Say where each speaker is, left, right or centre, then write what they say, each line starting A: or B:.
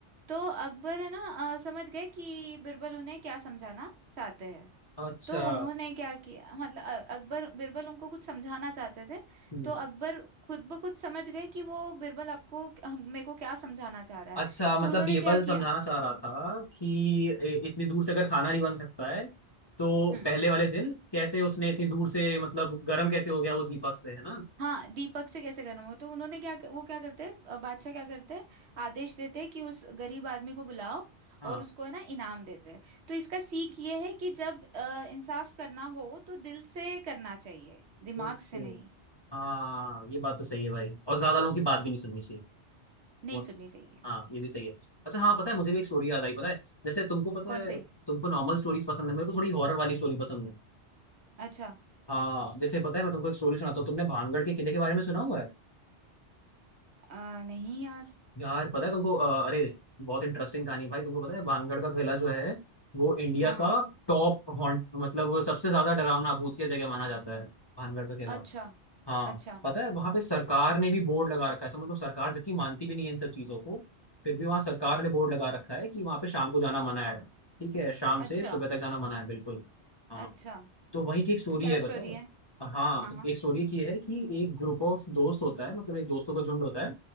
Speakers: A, on the right; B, on the left.
A: तो अकबर है ना अ, समझ गए कि बिरबल उन्हें क्या समझाना चाहते हैं
B: अच्छा
A: तो उन्होंने क्या किया मतलब अ- अकबर बिरबल उनको कुछ समझाना चाहते थे
B: हम्म,
A: तो अकबर खुद ब खुद समझ गए कि वो बिरबल आपको हम- मेरे को क्या समझाना चाह रहा
B: अच्छा
A: है
B: मतलब
A: तो उन्होंने
B: ये
A: क्या
B: बात
A: किया
B: समझाना चाह रहा था कि ए- इतनी दूर से अगर खाना नहीं बन सकता है तो
A: हम्म,
B: पहले वाले दिन कैसे उसने इतनी दूर से मतलब गर्म कैसे हो गया वो दीपक से है ना
A: हाँ दीपक से कैसे करना हो तो उन्होंने क्या वो क्या करते हैं अ, बादशाह क्या करते हैं आदेश देते हैं कि उस गरीब आदमी को बुलाओ
B: हाँ
A: और उसको है ना इनाम देते हैं तो इसका सीख ये है कि जब अ, इंसाफ करना हो तो दिल से करना चाहिए दिमाग
B: ओके
A: से नहीं
B: हाँ ये बात तो सही है भाई और ज्यादा लोगों की बात भी नहीं सुननी चाहिए
A: नहीं
B: वो-
A: सुननी चाहिए
B: हाँ ये भी सही है अच्छा हाँ पता है मुझे भी एक स्टोरी याद आई पता है जैसे तुमको पता
A: कौन
B: है
A: से
B: तुमको नॉर्मल स्टोरीज पसंद है मेरे को थोड़ी हॉरर वाली स्टोरी पसंद है
A: अच्छा
B: हाँ जैसे पता है मैं तुमको एक स्टोरी सुनाता हूँ तुमने भानगढ़ के किले के बारे में सुना हुआ है
A: अ, नहीं यार
B: यार पता है तुमको अ, अरे बहुत इंटरेस्टिंग कहानी है भाई तुमको पता है भानगढ़ का किला जो है वो इंडिया
A: हाँ हाँ
B: का टॉप हॉन्ट मतलब वो सबसे ज्यादा डरावना भूतिया जगह माना जाता है भानगढ़ का किला
A: अच्छा
B: हाँ
A: अच्छा
B: पता है वहां पे सरकार ने भी बोर्ड लगा रखा है समझ लो सरकार जबकि मानती भी नहीं है इन सब चीजों को फिर भी वहां सरकार ने बोर्ड लगा रखा है कि वहां पे शाम को जाना मना है ठीक है शाम से
A: अच्छा
B: सुबह तक जाना मना है बिल्कुल हाँ
A: अच्छा
B: तो वहीं की एक स्टोरी
A: तो क्या
B: है बता
A: स्टोरी है
B: हाँ
A: हाँ हाँ
B: एक स्टोरी की है कि एक ग्रुप ऑफ दोस्त होता है मतलब एक दोस्तों का झुंड होता है